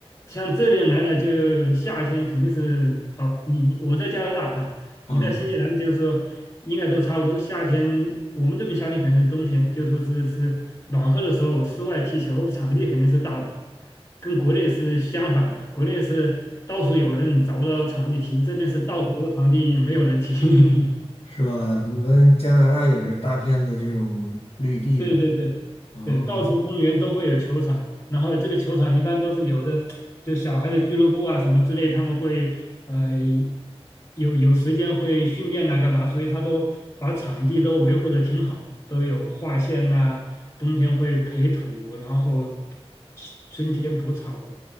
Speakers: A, on the left; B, on the left.
A: 像这边来了，就夏天肯定是哦，你你我在加拿大哈，
B: 啊，
A: 你在新西兰就是说应该都差不多。夏天我们这边夏天肯定是冬天，就说是是暖和的时候，室外踢球场地肯定是大把，跟国内是相反的。国内是到处有人找不到场地踢，这边是到处有场地也没有人踢。<laughs>
B: <laughs> 是吧？你们加拿大也是大片的这种绿地呗？
A: 对对对
B: 哦，
A: 对，到处公园都会有球场，然后这个球场一般都是有的，就小孩的俱乐部啊什么之类，他们会呃有有时间会训练啊干嘛，所以他都把场地都维护的挺好，都有划线呐、冬天会培土，然后春天补草，